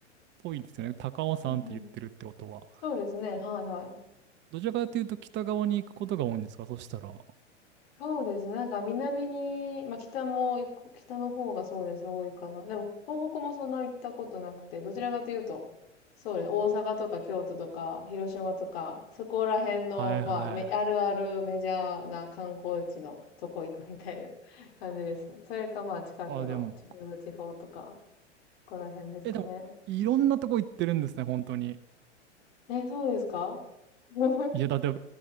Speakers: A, on the right (about 30°); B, on the left (about 55°).
A: ぽいですよね。高尾山って言ってるってことは。
B: うんうん。そうですね、はいはい。
A: どちらかというと北側に行くことが多いんですかそしたら。
B: そうですね。なんか南に、まあ北も行く、北の方がそうです、多いかな。でも東北もそんな行ったことなくて、どちらかというと、そうです。大阪とか京都とか広島とか、そこら辺の、
A: はいはい。
B: まあ、め、あるあるメジャーな観光地のとこ行くみたいな <laughs> 感じですね。それかまあ近くの中部地方とか、
A: あ、でも、
B: ここら辺ですかね。
A: え、でも、いろんなとこ行ってるんですね、本当に。
B: え、そうですか <laughs> も
A: いや、だって <laughs>